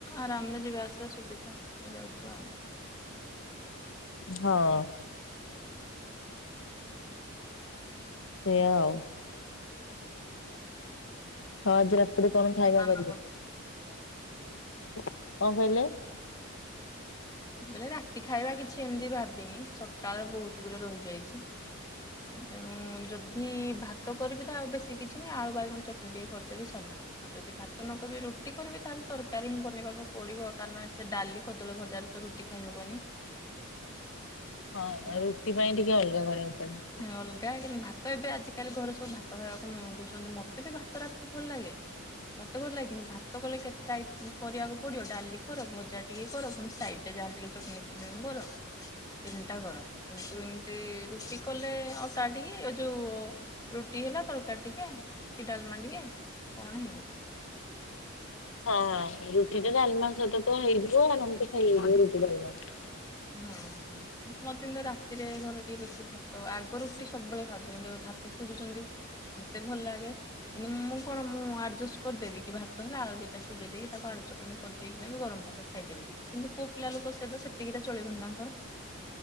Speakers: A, on the left; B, on the left.
A: ଆରାମରେ ଯିବା ଆସିବା ସୁବିଧା ହେଇଯାଉଥିବ ଆଉ।
B: ହଁ। ସେୟା ଆଉ।
A: ହୁଁ।
B: ହଁ ଆଜି ରାତିରେ କଣ ଖାଇବା
A: ମାମା
B: କରିବେ କଣ କହିଲେ?
A: ବୋଇଲେ ରାତି ଖାଇବା କିଛି ଏମିତି ଭାବିନି ସକାଳ ବହୁତ ଗୁରେ ରହିଯାଇଚି। ତେଣୁ ଯଦି ଭା ତ କରିବି ତା ଆଉ ବେଶ କିଛି ନାହିଁ ଆଳୁ ବାଇଗଣ ଚଟଣି ଟିକେ କରିଦେବି ସଇଲା। ଆଉ ଯଦି ଭାତ ନ କରିବି ରୁଟି କରିବି ତାହେଲେ ତରକାରୀ ହିଁ ବନେଇବାକୁ ପଡିବ କାରଣ ସେ ଡାଲି କଦଳୀ ଭଜା ତ ରୁଟି ଖାଇହବନି।
B: ହଁ
A: ତେଣୁ
B: ରୁଟି ପାଇଁ ଟିକେ ଅଲଗା କରିବାକୁ ପଡେ।
A: ଅଲଗା କିନ୍ତୁ ଭାତ ତ ଏବେ ଆଜିକାଲି ଘରେ ସବୁ ଭାତ ଖାଇବାକୁ ମଗୁଛନ୍ତି ମତେ ବି ଭାତ ରାତିିରେ ଭଲ ଲାଗେ। ମତେ ଭଲ ଲାଗିନି ଭାତ କଲେ କେତେ ଆଇ କରିବାକୁ ପଡିବ ଡାଲି ଖ ଭଜା ଟିକେ ଖ ପୁଣି ସାଇଡ ଯାହାଲ ଟିକେ ଚଟୀ ପଟେଇନି କର। ତିନିଟା କର କିନ୍ତୁ ଏମିତି ରୁଟି କଲେ ଅଟା ଟିକେ ଏ ଯୋଉ ରୁଟି ହେଲା ତରକାରୀ ଟିକେ କି ଡାଲମା ଟିକେ କଣ ହେଇଗଲା।
B: ହଁ ରୁଟି ତ ଡାଲମାଂ ସହିତ ତ ହେଇଯିବ ଆରମତି ଖାଇ ହେଇଯିବ ରୁଟି ଡାଲମାସ
A: ହଁ। ମ ଦ ତ ରାତିରେ ଘରେ ଟିକେ ବେଶୀ ଭାତ ଆଗ ରୁଟି ସବୁବେଳେ ଖାଉଛନ୍ତି ଭାତ ଖୋଜୁଛନ୍ତି। ମତେ ଭଲ ଲାଗେ। କିନ୍ତୁ ମୁଁ କଣ ମୁଁ ଆଡଜଷ୍ଟ କରିଦେବି କି ଭାତ ହେଲା ଆଳୁଟା ସିଝେଇ ଦେଇକି ତାକୁ ଆଳୁ ଚଟଣି କରିଦେବି। ସେ ବି ଗରମ ଭାତ ଖାଇଦେବ କିନ୍ତୁ ପୁଅ ପିଲା ଲୋକ ସହି ସେତିକି ଚଳିବନି ତାଙ୍କର